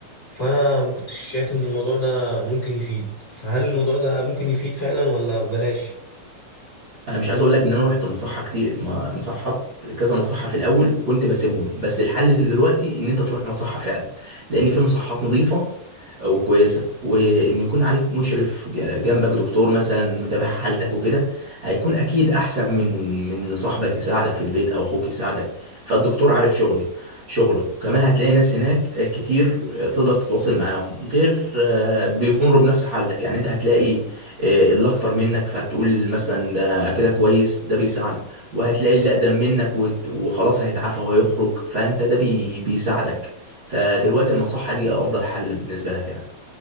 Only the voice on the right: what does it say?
انا مش عايز اقول لك ان انا رحت مصحه كتير ما- مصحات كذا مصحه في الاول وكنت بسيبهم بس الحل دلوقتي ان انت تروح مصحه فعلا لان في مصحات نظيفه وكويسه وان يكون عليك مشرف ج- جنبك دكتور مثلا متابع حالتك وكده هيكون اكيد احسن من من صاحبك يساعدك في البيت او اخوك يساعدك فالدكتور عارف شغلي شغله وكمان هتلاقي ناس هناك كتير تقدر تتواصل معاهم غير آه، بيمروا بنفس حالتك يعني انت هتلاقي إيه، اللي اكتر منك فهتقول مثلا ده انا كده كويس ده بيساعدك وهتلاقي اللي اقدم منك وت- وخلاص هيتعافى وهيخرج فانت ده بي بيساعدك فدلوقتي المصحة دي افضل حل بالنسبة لك يعني